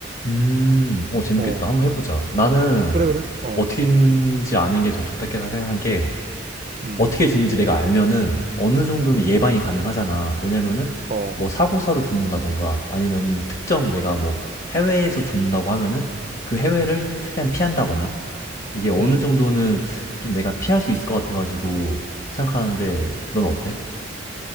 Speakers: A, on the left; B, on the right.
A: 음, 어 재밌겠다.
B: 어,
A: 한번 해보자. 나는
B: 그래, 그래. 어,
A: 어떻게 죽는지 아는 게 더 좋다 생각한 게
B: 음,
A: 어떻게 죽는지 내가 알면은 어느 정도는
B: 음,
A: 예방이 가능하잖아. 왜냐면은
B: 어,
A: 뭐 사고사로 죽는다던가 아니면 특정 내가 뭐 해외에서 죽는다고 하면은 그 해외를 최대한 피한다거나 이게 어느
B: 음.
A: 정도는 좀 내가 피할 수 있을 것 같아가지고 생각하는데 넌 어때?